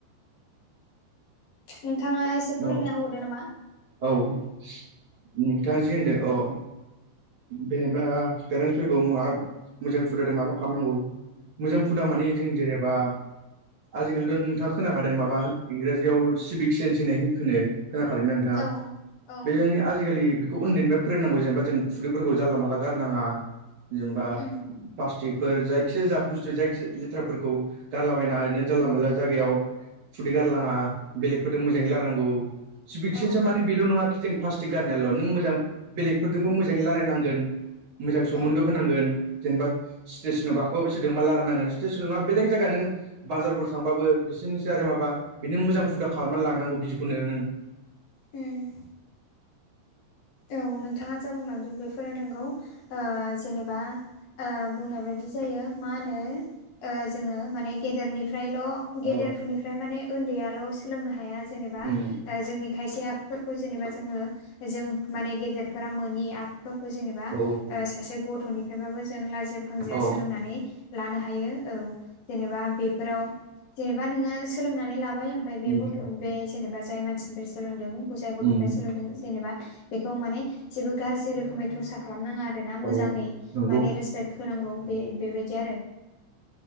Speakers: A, on the left; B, on the right.
A: नोंथाङा एसे फोरमायना
B: औ
A: होबावदो नामा।
B: औ नोंथाङा जि होनदों औ। जेनेबा पेरेन्सफोरखौ मा मोजां फुद माबा खालामनांगौ मोजां हुदा माने जों जेनेबा आजिखालिथ' नोंथाङा खोनाखादों माबा इंराजियाव सिभिक सेन्स होननाय खो खोनाखादोंना नोंथाङा
A: औ औ
B: बे <unintelligible> आजिखालि बेखौ उन्दैनिफ्राय फोरोंनांगौ जेनेबा जों खुदैफोरखौ जानला मानला गारनाङा। जेनेबा
A: उम
B: प्लास्टिकफोर जायखिजाया जा बुस्थु जायखिया लेथ्राफोरखौ गारलाबायनाङा ओरैनो जानला मानला जायगायाव। खुदै गारलाङा बेलेगफोरजों मोजाङै
A: उम
B: रायनांगौ सिभिकसेन्सा
A: औ
B: माने बेल' नङाखि जों प्लास्टिक गारनायाल' नों मोजां बेलेगफोरजोंबो मोजाङै रालायनांगोन मोजां सोमोन्द'
A: औ
B: होनांगोन जेनेबा स्टेसनाव गा गब बेसे दोंबा रालाय नांगोन स्टेसनाव बेलेग जायगा नों बाजारफोर थांबाबो बिसोरनोसै आरो माबा बिनो मोजां फुदा खालामनानै लांनांगौ बिदिखौनो नों।
A: उम औ नोंथाङा जा बुंलांदों बेफोरो नोंगौ ओ जेनेबा ओ बुंनाय बायदि जायो मा होनो ओ जोङो माने गेदेरनिफ्रायल'
B: औ
A: गेदेरफोरनिफ्राय माने उन्दैयाल' सोलोंनो हाया जेनेबा
B: उम
A: ओ जोंनि खायसे आखुफोरखौ जेनेबा जोङो जों माने गेदेरफोरा मोनि आ खुफोरखौ जेनेबा
B: औ
A: ओ सासे गथ'निफ्रायबाबो जों लाजिया फांजिया
B: औ
A: सोलोंनानै लानो हायो औ जेनेबा बेफोराव जेनेबा नोङो सोलोंनानै लाबाय ओमफ्राय बे
B: उम
A: गथ' बे जेनेबा जाय मानसिनिफ्राय सोलोंदों जाय गथ'निफ्राय
B: उम
A: सोलोंदों जेनेबा बेखौ माने जेबो गाज्रि रोखोमै थरसा खालामनाङा आर ना मोजाङै
B: औ नंगौ
A: माने रेसपेक्ट होनांगौ बे बेबायदि आरो।